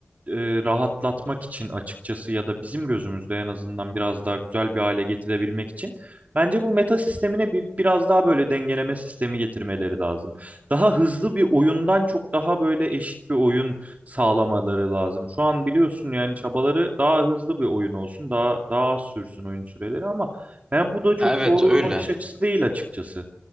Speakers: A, on the right; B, on the right.
A: e, rahatlatmak için açıkçası ya da bizim gözümüzde en azından biraz daha güzel bir hale getirebilmek için bence bu meta sistemine bir biraz daha böyle dengeleme sistemi getirmeleri lazım. Daha hızlı bir oyundan çok daha böyle eşit bir oyun sağlamaları lazım. Şu an biliyorsun yani çabaları daha hızlı bir oyun olsun, daha daha az sürsün oyun süreleri ama yani bu da çok
B: Ya evet
A: doğru
B: öyle.
A: bir bakış açısı değil açıkçası.